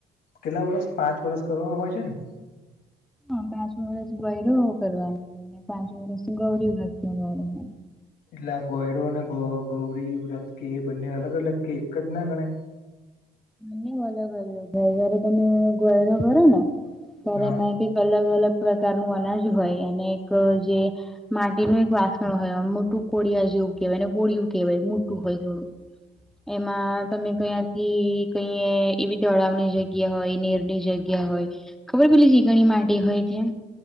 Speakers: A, on the left (about 65°); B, in the centre.
A: કેટલા વર્ષ પાંચ વરષ કરવાનું હોય છે ને
B: હા પાંચ વર્ષ ગોયરો કરવાનોને પાંચ વર્ષ ગૌરી વ્રત કરવાનું
A: એટલે ગોયરો અને ગૌરી વ્રત કે બંને અલગ અલગ કે એક જ ના ગણાય
B: બંને અલગ અલગ <unintelligible> તમે ગોયરો કરો ને ત્યારે
A: હા
B: <unintelligible> અલગ અલગ પ્રકાર નુ અનાજ હોય અને એક જે માટીનું એક વાસણ હોય એ મોટું કોડીયા જેવું કહેવાય એને કોડિયું કહેવાય મોટું હોય થોડું એમાં તમે કયાથી કઈ એવી તળાવની જગ્યા હોય નીરની જગ્યા હોય ખબર પેલી ચીકણી માટી હોય <unintelligible>